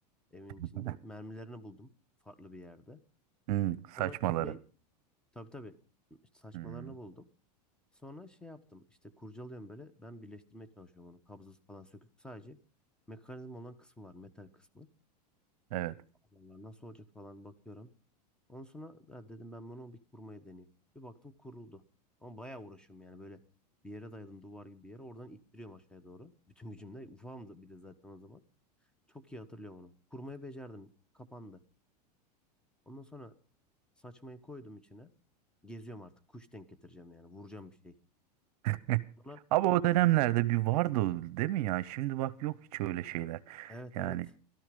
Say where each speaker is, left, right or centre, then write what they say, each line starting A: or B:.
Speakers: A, in the centre; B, on the right (about 65°).
A: evin
B: <laughs>
A: içinde. Mermilerini buldum farklı bir yerde.
B: Hı, saçmaları.
A: Sonra tüfeği tabii tabii işte saçmalarını
B: Hı,
A: buldum. Sonra şey yaptım işte kurcalıyorum böyle ben birleştirmeye çalışıyorum onu. Kabzası falan söküp sadece mekanizma olan kısmı var metal kısmı.
B: evet.
A: Allah nasıl olacak falan bakıyorum. Ondan sonra ya dedim ben bunu bir kurmayı deneyeyim. Bir baktım kuruldu. Ama bayağı uğraşıyorum yani böyle bir yere dayadım duvar gibi bir yere oradan ittiriyorum aşağıya doğru. Bütün gücümle ufağım da bir de zaten o zaman. Çok iyi hatırlıyorum onu. Kurmayı becerdim. Kapandı. Ondan sonra saçmayı koydum içine. Geziyorum artık. Kuş denk getireceğim yani. Vuracağım bir şey.
B: <laughs>
A: Sonra
B: Ama o dönemlerde bir vardı o, değil mi ya? Şimdi bak yok hiç öyle şeyler.
A: evet
B: Yani
A: evet.